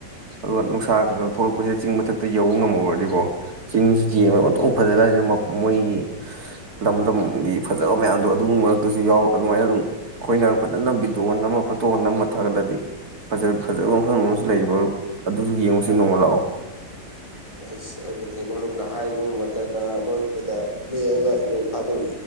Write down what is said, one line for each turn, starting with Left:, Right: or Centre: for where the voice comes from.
Right: ꯑꯗꯣ ꯅꯨꯡꯁꯥ ꯈ ꯈ ꯊꯣꯛꯂꯛꯄꯁꯤꯗ ꯆꯤꯡ ꯃꯊꯛꯇ ꯌꯧꯕ ꯉꯝꯃꯔꯗꯤꯀꯣ ꯆꯤꯡꯁꯤ ꯌꯦꯡꯉꯒ ꯑꯣꯇꯣꯛ ꯐꯖ ꯀꯥꯟꯁꯤꯅ ꯃꯣꯏꯒꯤ ꯂꯝꯗꯝꯒꯤ ꯐꯖꯕ ꯃꯌꯥꯝꯗꯣ ꯑꯗꯨꯒꯨꯝꯕ ꯑꯗꯨꯁꯨ ꯌꯥꯎꯋ ꯑꯗꯨꯃꯥꯏꯅ ꯑꯗꯨꯝ ꯑꯩꯈꯣꯏꯅ ꯐꯖꯅ ꯚꯤꯗꯤꯑꯣ ꯑꯃ ꯐꯣꯇꯣ ꯍꯣꯟ ꯑꯃ ꯊꯥꯒꯠꯂꯗꯤ ꯐꯖꯕ ꯃꯐꯝ ꯑꯃꯁꯨ ꯂꯩꯔꯤꯕ ꯑꯗꯨꯁꯨ ꯌꯦꯡꯕꯁꯤ ꯅꯣꯡꯃ ꯂꯥꯛꯑꯣ
Left: ꯑꯩꯁ ꯑꯗꯨꯗꯤ ꯃꯔꯨꯞꯅ ꯍꯥꯏꯕꯃꯗꯗ ꯃꯔꯨꯞꯈꯣꯏꯗ ꯂꯦꯛꯑꯒ ꯅꯣꯡ ꯐꯥꯗꯣꯛ